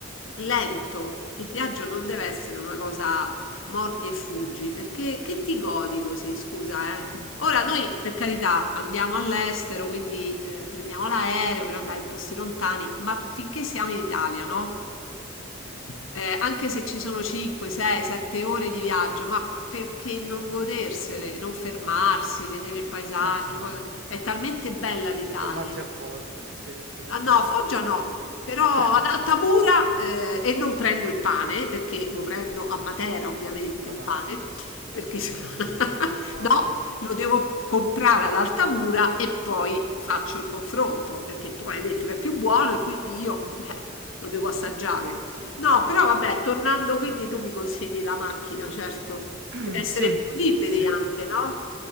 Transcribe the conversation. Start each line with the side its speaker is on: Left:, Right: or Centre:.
Left: lento. Il viaggio non deve essere una cosa mordi e fuggi, perché che ti godi così, scusa,
Right: <laughs>
Left: eh? Ora noi, per carità, andiamo all'estero, quindi eh, prendiamo l'aereo per andare in posti lontani, ma finché siamo in Italia, no?
Right: Sì.
Left: eh, anche se ci sono 5, 6, 7 ore di viaggio, ma perché non godersele, non fermarsi, vedere il paesaggio?
Right: Ma sì,
Left: Poi- È talmente bella l'Italia.
Right: fermarsi a Foggia, sì, sì.
Left: Ah, no, Foggia no,
Right: <laughs>
Left: però ad Altamura eh, e non prendo il pane perché lo prendo a Matera ovviamente
Right: Brava,
Left: il pane, perché se- <laughs>
Right: no,
Left: no,
Right: è così.
Left: lo devo comprare ad Altamura e poi faccio il confronto perché tu hai detto che è più buono e quindi io
Right: Ci sta.
Left: eh, lo devo assaggiare. No, però vabbè, tornando quindi tu mi consigli la macchina, certo,
Right: <clears throat>
Left: per essere
Right: Sì,
Left: più liberi
Right: sì,
Left: anche, no?